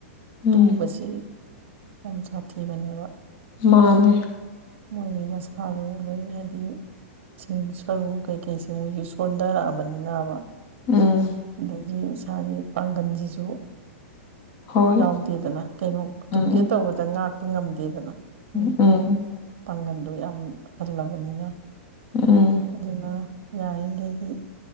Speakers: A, on the left; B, on the right.
A: ꯎꯝ
B: ꯇꯨꯕꯁꯤ ꯌꯥꯝ ꯁꯥꯊꯤꯕꯅꯦꯕ
A: ꯃꯥꯅꯦ
B: ꯃꯣꯏꯒꯤ ꯃꯁꯥꯗꯣ ꯂꯣꯏ ꯍꯥꯏꯗꯤ ꯤꯡ ꯁꯔꯨ ꯀꯩꯀꯩꯁꯤꯦ ꯃꯣꯏꯁꯤ ꯁꯣꯟꯊꯔꯛꯑꯕꯅꯤꯅꯕ
A: ꯎꯝ
B: ꯑꯗꯒꯤ ꯎꯁꯥꯒꯤ ꯄꯥꯡꯒꯜꯁꯤꯁꯨ
A: ꯍꯣꯏ
B: ꯌꯥꯎꯗꯦꯗꯅ ꯀꯩꯅꯣ
A: ꯎꯝ
B: ꯇꯨꯒꯦ ꯇꯧꯕꯗ ꯉꯥꯛꯄ ꯉꯝꯗꯦꯗꯅ ꯍꯥꯏꯗꯤ
A: ꯎꯝ ꯎꯝ
B: ꯄꯥꯡꯒꯟꯗꯣ ꯌꯥꯝ ꯍꯜꯂꯕꯅꯤꯅ
A: ꯎꯝ
B: ꯑꯗꯨꯅ ꯌꯥꯔꯤꯈꯩꯗꯤ